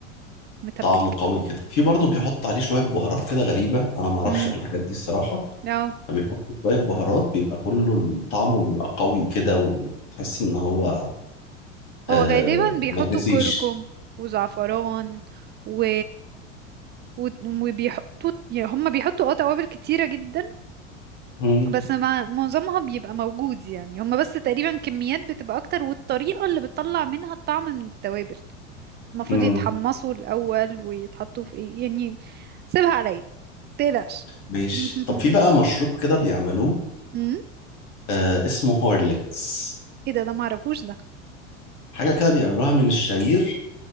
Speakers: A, on the right; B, on the left.
A: متبل
B: طعمه
A: كده
B: قوي كده في برضه بيحط عليه شويه بهارات كده غريبه انا ما اعرفش
A: امم
B: في الحاجات دي الصراحه
A: اه
B: فبيحط شويه بهارات بيبقى كله طعمه بيبقى قوي كده وتحس ان هو آه
A: هو غالبا بيحطوا
B: ما تنسيش
A: كركم وزعفران و و- وبيحطوا يعني هم بيحطوا اه توابل كتيرة جدا
B: مم.
A: بس مع... معظمها بيبقى موجود يعني هم بس تقريبا كميات بتبقى اكتر والطريقة اللي بتطلع منها الطعم من التوابل المفروض
B: مم.
A: يتحمصوا الأول ويتحطوا في ايه يعني سيبها عليا متقلقش
B: ماشي
A: <laughs>
B: طب في بقى مشروب كده بيعملوه
A: امم
B: آه اسمه هورليكس
A: ايه ده ده معرفوش ده
B: حاجه كده بيعملوها من الشعير